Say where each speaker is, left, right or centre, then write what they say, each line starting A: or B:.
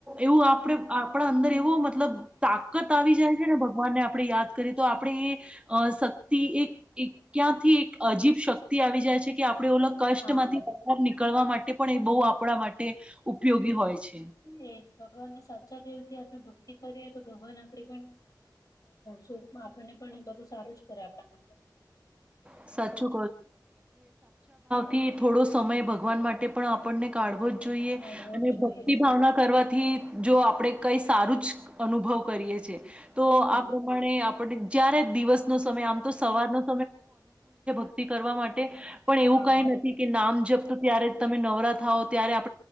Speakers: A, on the right (about 15°); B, on the left (about 50°).
A: એવું આપણે આપણા અંદર એવો મતલબ તાકત આવી જાય છે ને ભગવાનને આપણે યાદ કરીએ તો આપણે એ અ શક્તિ એક ક્યાંથી એક અજીબ શક્તિ આવી જાય છે કે આપ આપણે ઓ કષ્ટ
B: હા.
A: માંથી બહાર નીકળવા માટે માટે પણ એ બહુ આપણા માટે, ઉપયોગી હોય છે.
B: હમ. ભગવાનને સાચા દેવ થી આપણે ભક્તિ કરીએ તો ભગવાન આપડી પણ શ આપણને પણ બધું સારું જ કરે આપણા માટે.
A: સાચું થી થોડો સમય ભગવાન માટે પણ આપણને કાઢવો જ જોઈએ,
B: મેળવો
A: અને
B: જ જોઈએ
A: ભક્તિ ભાવના કરવાથી જો આપણે કઈ સારું જ અનુભવ કરીએ છ છેએ. તો
B: હા
A: આ પ્રમાણે આપણે જ્યારે દિવસનો સમય આમ તો સવારનો તિ કરવા માટે. પણ એવું
B: હા
A: કઈ નથી કે નામ જપ્ત ત્યારે તમે નવરા થાઓ. ત્યારે આપ